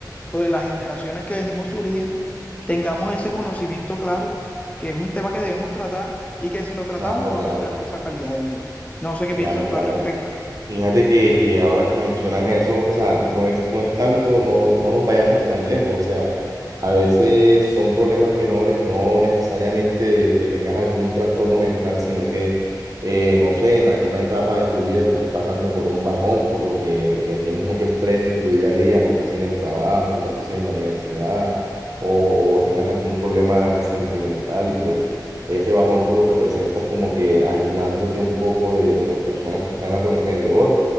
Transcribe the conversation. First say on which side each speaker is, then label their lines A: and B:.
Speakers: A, on the left (about 20°); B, on the right (about 50°).
A: o de las generaciones que venimos surgiendo tengamos ese conocimiento claro que es un tema que debemos tratar y que si lo tratamos
B: claro, claro,
A: va a mejorar nuestra calidad de vida. No sé qué
B: claro,
A: piensas
B: claro.
A: tú al respecto.
B: Fíjate que, que ahora que mencionas eso, o sea, no es, no es tanto, no, no nos vayamos tan lejos, o sea, a veces son problemas menores, no necesariamente de que tengas algún trastorno mental, sino que, eh, no sé, en alguna etapa de tu vida estás pasando por un bajón, por lo que eh, tienes mucho estrés en tu día a día, no sé si en el trabajo, no sé si en la universidad, o, o tengas algún problema sentimental y pues ese bajón tú lo representas como que aislándote un poco de, de las personas que están a tu alrededor.